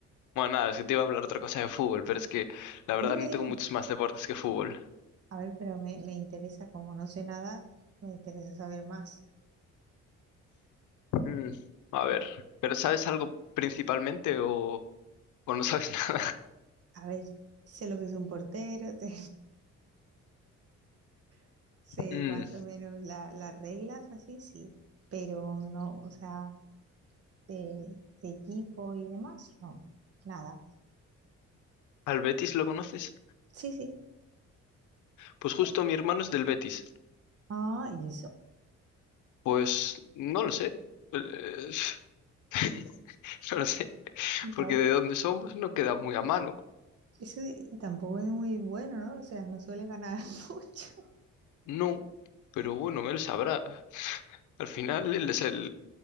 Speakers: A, on the left; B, on the right.
A: Bueno, nada, es que te iba a hablar otra cosa de fútbol, pero es que la verdad
B: Dime,
A: no
B: dime.
A: tengo muchos más deportes que fútbol.
B: A ver, pero me, me interesa, como no sé nada, me interesa saber más.
A: Mm, a ver, ¿pero sabes algo principalmente o, o no sabes <laughs> nada?
B: A ver, sé lo que es un portero, sé, <laughs> sé
A: Mm,
B: más o menos la- las reglas, así sí, pero no, o sea, de, de equipo y demás, no, nada.
A: ¿al Betis lo conoces?
B: Sí, sí.
A: Pues justo mi hermano es del Betis.
B: Ah, y eso,
A: Pues no lo sé. Eh, <laughs> No lo sé.
B: vale.
A: Porque de dónde somos no queda muy a mano.
B: Eso de- y tampoco es muy bueno, ¿no? O sea, no suele ganar <laughs> mucho.
A: No. Pero bueno, él sabrá. Al final él es el,